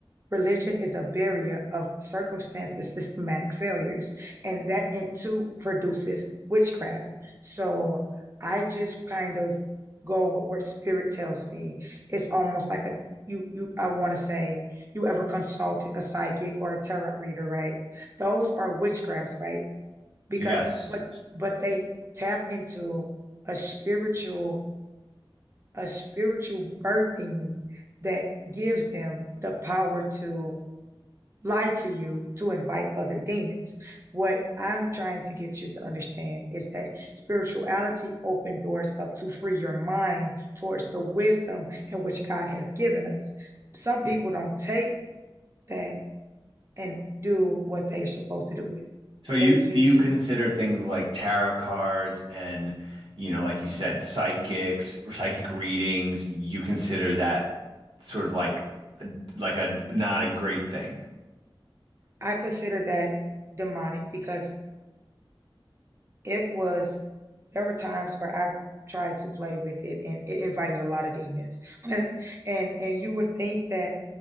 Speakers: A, on the right; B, on the right.
A: Religion is a barrier of circumstances, systematic failures, and that in too produces witchcraft. So I just kind of go with what spirit tells me. It's almost like a you you I want to say you ever consulted a psychic or a tarot reader, right? Those are witchcrafts, right? Because
B: yes.
A: but but they tap into a spiritual a spiritual birthing that gives them the power to lie to you to invite other demons. What I'm trying to get you to understand is that spirituality opens doors up to free your mind towards the wisdom in which God has given us. Some people don't take that and do what they're supposed to do with it.
B: So you
A: They use
B: do you consider
A: it.
B: things like tarot cards and, you know, like you said, psychics, psychic readings, you consider that sort of like like a not a great thing.
A: I consider that demonic because It was, there were times where I've tried to play with it and it invited a lot of demons. <laughs> And and, you would think that